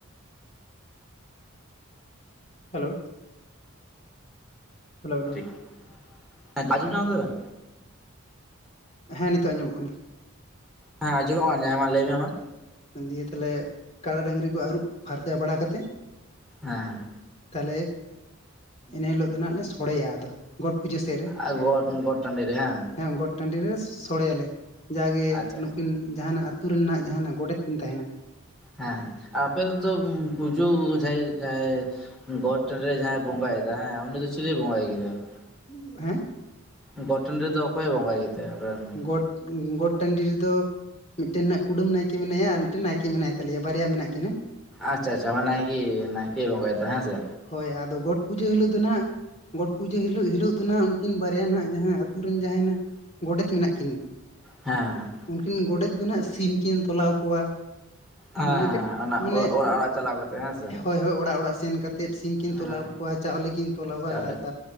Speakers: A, on the left; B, in the centre.
A: hello hello hello
B: <inaudible> ᱟᱡᱚᱢ ᱧᱟᱢ ᱫᱟᱵᱤᱱ
A: ᱦᱮᱸ ᱱᱤᱛᱳᱜ ᱟᱸᱡᱚᱢᱚᱜ ᱠᱟᱱᱟ
B: ᱦᱮᱸ ᱟᱸᱡᱚᱢᱚᱜ ᱠᱟᱱᱟ ᱦᱮᱸ ᱢᱟ ᱞᱟᱹᱭ ᱢᱮ ᱢᱟᱼᱼ
A: ᱫᱤᱭᱮ ᱛᱟᱦᱟᱞᱮ ᱠᱟᱲᱟ ᱰᱟᱹᱝᱨᱤ ᱠᱚ ᱟᱹᱨᱩᱵ ᱯᱷᱟᱨᱪᱟ ᱵᱟᱲᱟ ᱠᱟᱛᱮᱫᱼᱼ
B: ᱦᱮᱸ ᱦᱮᱸ᱾
A: ᱛᱟᱦᱚᱞᱮ ᱤᱱᱟᱹ ᱦᱤᱞᱳᱜ ᱫᱚ ᱦᱟᱜ ᱞᱮ ᱥᱚᱲᱮᱭᱟ ᱟᱫᱚᱼᱼ ᱜᱚᱴ ᱯᱩᱡᱟᱹ ᱥᱮ?
B: ᱟᱨ <unintelligible> ᱼᱼ ᱴᱟᱰᱤ ᱨᱮ ᱦᱮᱸᱼᱼ
A: ᱦᱮᱸ ᱜᱚᱴ ᱴᱟᱺᱰᱤ ᱨᱮ ᱥᱚᱲᱮᱭᱟᱞᱮ ᱡᱟᱜᱮ
B: ᱟᱪᱪᱷᱟ
A: ᱱᱩᱠᱤᱱ ᱡᱟᱦᱟᱱᱟᱜᱼᱼ ᱟᱹᱛᱩ ᱨᱮᱱ ᱦᱟᱜ ᱡᱟᱦᱟ ᱜᱚᱰᱮᱛ ᱠᱤᱱ ᱛᱟᱦᱮᱱᱟᱼᱼ
B: ᱦᱮᱸ ᱟᱯᱮ ᱫᱚᱼᱼ ᱯᱩᱡᱟᱹ ᱡᱟᱦᱟᱸᱭ ᱡᱟᱦᱟᱸᱭ ᱜᱚᱴ ᱨᱮ ᱡᱟᱦᱟᱸᱭ ᱵᱚᱸᱜᱟᱭᱮᱫᱟ ᱦᱮᱸ ᱩᱱᱤ ᱫᱚ ᱪᱤᱞᱮ ᱵᱚᱸᱜᱟ? <unintelligible>
A: <unintelligible> ᱦᱮᱸ?
B: ᱜᱚᱴ ᱴᱟᱺᱰᱤ ᱨᱮᱫᱚ ᱚᱠᱚᱭ ᱵᱚᱸᱜᱟᱭ ᱜᱮᱛᱮ? ᱫᱚ
A: ᱜᱚᱴ ᱜᱚᱴ ᱴᱟᱺᱰᱤ ᱨᱮᱫᱚ ᱢᱤᱫᱴᱟᱝ ᱦᱟᱜ ᱠᱩᱰᱟᱹᱢ ᱱᱟᱭᱠᱮ ᱢᱮᱱᱟᱭᱟᱼᱼ ᱢᱤᱫᱴᱟᱝ ᱱᱟᱭᱠᱮ ᱢᱮᱱᱟᱭ ᱛᱟᱞᱮᱭᱟ ᱵᱟᱨᱭᱟ ᱢᱮᱱᱟᱜ ᱠᱤᱱᱟ᱾
B: ᱟᱪᱪᱷᱟ ᱟᱪᱪᱷᱟ ᱢᱟᱱᱮ ᱱᱟᱭᱠᱮ ᱱᱟᱭᱠᱮᱭ ᱵᱚᱸᱜᱟᱭᱟ ᱛᱚ ᱦᱮᱸ ᱥᱮᱼᱼ
A: ᱦᱳᱭ ᱟᱫᱚ ᱜᱚᱴ ᱯᱩᱡᱟᱹ ᱦᱤᱞᱳᱜ ᱫᱚ ᱱᱟᱦᱟᱜᱼᱼ ᱜᱚᱴ ᱯᱩᱡᱟᱹ ᱦᱤᱞᱳᱜ ᱦᱤᱞᱳᱜ ᱫᱚ ᱦᱟᱸᱜ ᱩᱱᱠᱤᱱ ᱵᱟᱨᱭᱟ ᱡᱟᱦᱟ ᱟᱹᱛᱩ ᱨᱮᱱ ᱡᱟᱦᱟᱸᱭ ᱦᱟᱜᱼᱼ ᱜᱚᱰᱮᱛ ᱢᱮᱱᱟᱜ ᱠᱤᱱᱼᱼ
B: ᱦᱮᱸ᱾
A: ᱩᱱᱠᱤᱱ ᱜᱚᱰᱮᱛ ᱜᱮ ᱦᱟᱜ ᱥᱤᱢ ᱠᱤᱱ ᱛᱚᱞᱟᱣ ᱠᱚᱣᱟ᱾
B: ᱦᱮᱸ
A: ᱢᱟᱱᱮ
B: ᱦᱮᱸ
A: <unintelligible>
B: ᱚᱱᱟ
A: ᱢᱟᱱᱮ
B: ᱚᱲᱟᱜ ᱚᱲᱟᱜ
A: <unintelligible>
B: ᱪᱟᱞᱟᱣ ᱠᱟᱛᱮ ᱦᱮᱸ ᱥᱮ
A: ᱦᱳᱭ ᱦᱳᱭ ᱚᱲᱟᱜ ᱚᱲᱟᱜ ᱥᱮᱱ ᱠᱟᱛᱮᱼᱼ ᱛᱮᱫ ᱥᱤᱢ ᱠᱤᱱ
B: ᱦᱮᱸ
A: ᱛᱚᱞᱟᱣ ᱠᱚᱣᱟ ᱪᱟᱣᱞᱮ ᱠᱤᱱ ᱛᱚᱞᱟᱣᱟ
B: ᱪᱟᱣᱞᱮ
A: <unintelligible>
B: ᱦᱮᱸ
A: ᱼᱼ